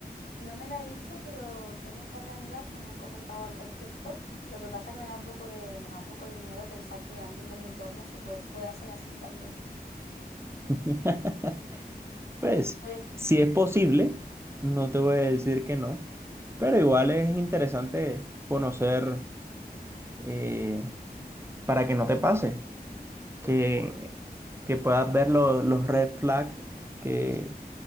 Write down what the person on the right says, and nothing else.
<laughs> Pues,
si es posible, no te voy a decir que no, pero igual es interesante conocer eh, para que no te pase, que, que puedas ver lo- los red flags que,